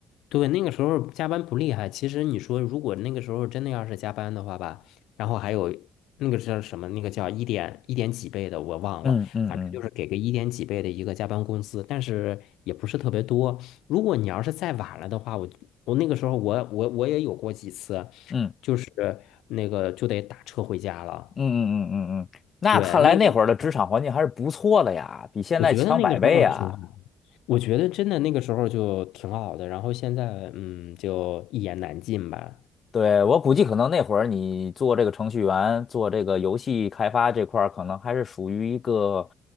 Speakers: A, on the left; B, on the left.
A: 对，那个时候加班不厉害。其实你说，如果那个时候真的要是加班的话吧，然后还有那个叫什么，那个叫一点一点几倍的，我忘了，
B: 嗯嗯嗯
A: 反正就是给个一点几倍的一个加班工资，但是也不是特别多。如果你要是再晚了的话，我我那个时候我我我也有过几次，
B: 嗯
A: 就是那个就得打车回家了。
B: 嗯嗯嗯嗯嗯，那看来那会儿的职场环境还是不错的呀，
A: 对，那个
B: 比现在强百倍呀。
A: 我觉得那个时候挺好，我觉得真的那个时候就挺好的。然后现在嗯，就一言难尽吧。
B: 对，我估计可能那会儿你做这个程序员，做这个游戏开发这块儿，可能还是属于一个